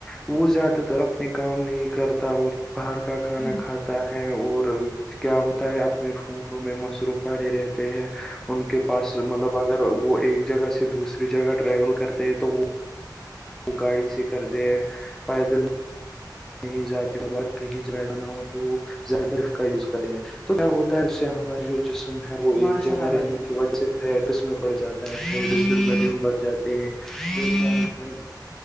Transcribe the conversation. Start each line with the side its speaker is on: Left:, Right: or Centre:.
Centre: وہ زیادہ تر اپنے کام نہیں کرتا اور باہر کا کھانا
Left: جان۔
Centre: کھاتا ہے اور کیا ہوتا ہے اپنے فونوں میں مصروف پڑے رہتے ہیں ان کے پاس مطلب اگر وہ ایک جگہ سے دوسری جگہ ٹریول کرتے ہیں تو وہ وہ گاڑی سے کر د ہیں پیدل کہیں وبا ہی جگہ جانا ہو تو وہ زیادہ ترف کا یوز کرتے ہیں تو کیا ہوتا ہے اس سے ہمارا جو جسم ہے وہ ایک
Left: ماشاء
Centre: جگہ
Left: اللہ
Centre: رہنے
Left: بھائی جان
Centre: کی وج سے پٹس میں پڑ جاتا ہےم جم بد جاتے ہیں اور کیا ہوتا ہے